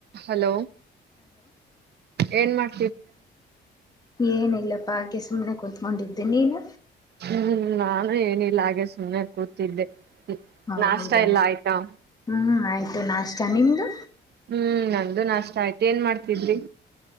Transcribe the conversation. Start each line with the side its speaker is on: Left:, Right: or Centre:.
Right: ಹಲೋ ಏನ್ ಮಾಡ
Left: ಏನಿಲ್ಲಪ್ಪ ಹಾಗೆ ಸುಮ್ನೆ ಕುಂತ್ಕೊಂಡಿದ್ದೆ ನೀನು
Right: ಹ್ಮ್ ನಾನು ಏನಿಲ್ಲ ಹಾಗೆ ಸುಮ್ಮ್ನೆ ಕುೂಡ್ತಿದ್ದೆ
Left: ಹೌದಾ
Right: ನಾಷ್ಟ ಎಲ್ಲ ಆಯ್ತಾ <inaudible>
Left: ಹ್ಮ್ ಆಯ್ತು ನಾಷ್ಟ ನಿಮ್ದು
Right: ಹ್ಮ್ ನಂದು ನಾಷ್ಟ ಆಯ್ತು ಏನ್ ಮಾಡ್ತಿದ್ರಿ